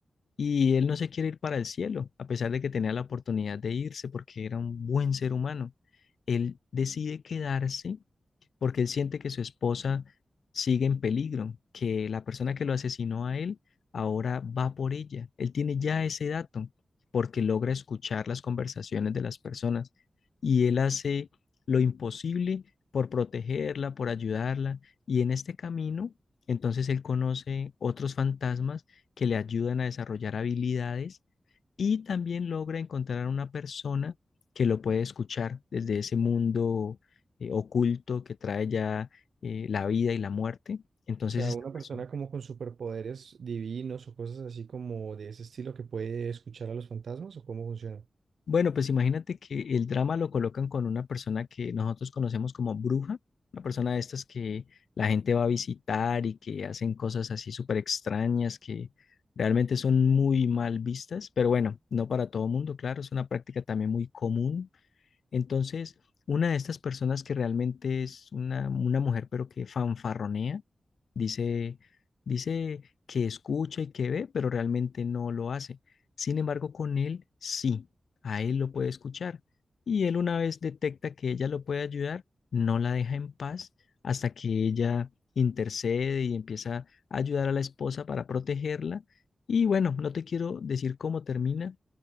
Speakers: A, on the left (about 80°); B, on the right (about 80°).
A: y él no se quiere ir para el cielo, a pesar de que tenía la oportunidad de irse porque era un buen ser humano. Él decide quedarse porque él siente que su esposa sigue en peligro, que la persona que lo asesinó a él ahora va por ella. Él tiene ya ese dato porque logra escuchar las conversaciones de las personas y él hace lo imposible por protegerla, por ayudarla y en este camino, entonces él conoce otros fantasmas que le ayudan a desarrollar habilidades y también logra encontrar a una persona que lo puede escuchar desde ese mundo eh, oculto que trae ya eh, la vida y la muerte. Entonces,
B: O sea,
A: esta
B: una
A: persona.
B: persona como con superpoderes divinos o cosas así como de ese estilo que puede escuchar a los fantasmas, ¿o cómo funciona?
A: Bueno, pues imagínate que el drama lo colocan con una persona que nosotros conocemos como bruja, una persona de estas que la gente va a visitar y que hacen cosas así súper extrañas que realmente son muy mal vistas, pero bueno, no para todo mundo, claro, es una práctica también muy común Entonces, una de estas personas que realmente es una, una mujer, pero que fanfarronea, dice, dice que escucha y que ve, pero realmente no lo hace. Sin embargo, con él sí, a él lo puede escuchar. Y él una vez detecta que ella lo puede ayudar, no la deja en paz hasta que ella intercede y empieza a ayudar a la esposa para protegerla. Y bueno, no te quiero decir cómo termina,